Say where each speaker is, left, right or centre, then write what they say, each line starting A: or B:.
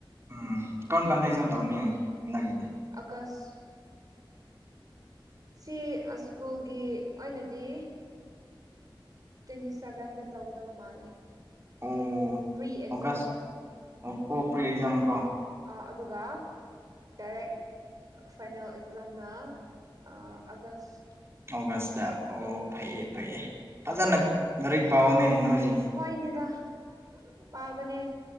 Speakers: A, on the right (about 30°); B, on the right (about 45°).
A: ꯎꯝ ꯀꯝ ꯀꯥꯟꯗ ꯑꯦꯛꯖꯥꯝ ꯇꯧꯅꯤ ꯍꯟꯗꯛꯀꯤꯗꯤ
B: ꯑꯥꯒꯁ ꯁꯤ ꯑꯁꯀꯨꯜꯒꯤ ꯑꯣꯏꯅꯗꯤ ꯇ꯭ꯋꯦꯟꯇꯤ ꯁꯕꯦꯟꯗ ꯇꯧꯒꯗꯕ ꯃꯥꯜꯂꯦ
A: ꯑꯣ
B: ꯄ꯭ꯔꯤ ꯑꯦꯛꯖꯥꯝꯗꯣ
A: ꯑꯣꯒꯁ ꯑꯣ ꯑꯣ ꯄ꯭ꯔꯤ ꯑꯦꯛꯖꯥꯝ ꯀꯣ
B: ꯑ ꯑꯗꯨꯒ ꯗꯥꯏꯔꯦꯛ ꯑ ꯐꯥꯏꯅꯦꯜ ꯑꯦꯛꯖꯥꯝꯅ ꯑꯥ ꯑꯥꯒꯁ
A: ꯑꯣꯒꯁꯇ ꯑꯣ ꯐꯩꯌꯦ
B: ꯎꯝ
A: ꯐꯩꯌꯦ ꯐꯖꯅ ꯂꯥꯏꯔꯤꯛ ꯄꯥꯎꯑꯣꯅꯦ ꯅꯣꯏꯁꯤ
B: ꯍꯣꯏꯅꯦꯗꯥ ꯄꯥꯕꯅꯦ